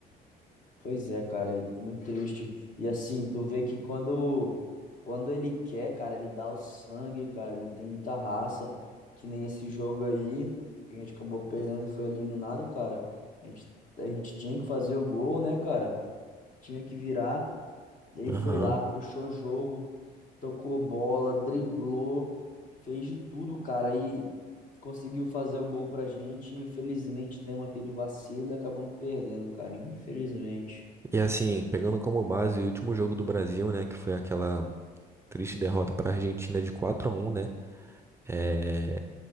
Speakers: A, on the left; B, on the right.
A: Pois é, cara, e muito triste. E assim, tu vê que quando, quando ele quer, cara, ele dá o sangue, cara, ele tem muita raça, que nem esse jogo aí, que a gente acabou perdendo e foi eliminado, cara. A gente, a gente tinha que fazer o gol, né, cara? Tinha que virar. Ele
B: Aham.
A: foi lá, puxou jogo, tocou bola, driblou, fez de tudo, cara, e conseguiu fazer o gol pra gente. Infelizmente, demos aquele vacilo e acabamos perdendo, cara. Infelizmente.
B: E assim, pegando como base o último jogo do Brasil, né? Que foi aquela triste derrota para a Argentina de 4 a um, né? É,